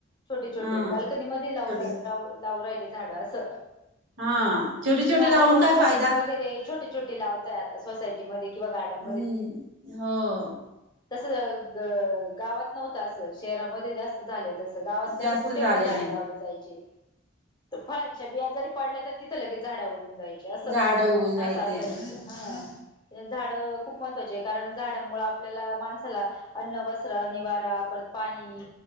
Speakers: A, on the left (about 20°); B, on the right (about 65°).
A: छोटे छोटे
B: हा
A: बाल्कनी मध्ये लाव
B: छोटी
A: लावू राहिले झाड असं
B: हा छोटे छोटे
A: मग आता
B: लावून
A: डोअर
B: काय
A: प्लांटस
B: फायदा
A: वगैरे छोटे छोटे लावताय आता सोसायटी मधे किंवा- गार्डन
B: हम्म. हं.
A: तस ग गावात नव्हतं असं शहरामध्ये जास्त झालय. तस गावात
B: जास्त
A: तस कुठे
B: झालेलं
A: पण झाडे
B: आहे
A: लावले जायचे. फळांच्या बिया जरी पडल्या तरी तिथं लगेच झाडा उगून अस
B: झाड उघून जायचे
A: अस असाय हं <unintelligible> झाड खूप महत्त्वाची आहे. कारण झाडांमुळे आपल्याला, माणसाला अन्न वस्त्र निवारा परत पाणी